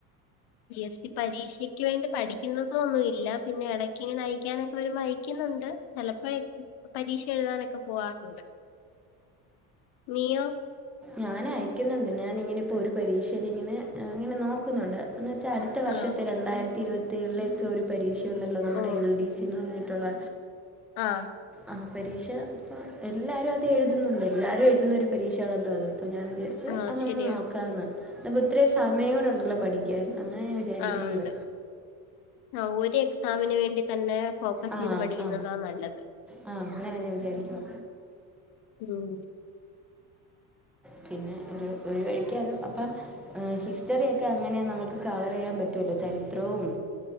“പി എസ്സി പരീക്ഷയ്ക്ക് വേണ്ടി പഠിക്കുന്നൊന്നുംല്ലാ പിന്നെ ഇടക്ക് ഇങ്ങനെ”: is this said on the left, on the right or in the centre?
Left